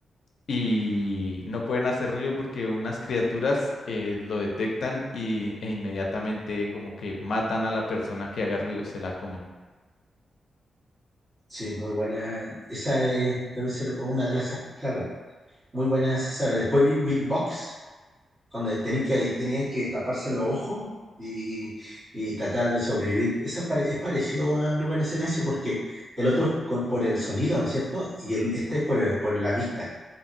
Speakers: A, on the left; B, on the right.
A: y no pueden hacer ruido porque unas criaturas eh, lo detectan y, e inmediatamente como que matan a la persona que haga ruido, se la comen.
B: Sí, muy buena. Esa es- debe ser una de las sagas. Muy buena esa saga. Después vi Bird Box. cuando tenían que, tenían que taparse los ojos y, y tratar de sobrevivir. Eso es, pare- es parecido a Lugar en Silencio porque el otro es con- por el sonido, ¿no es cierto? Y el, este es por, el- por la vista.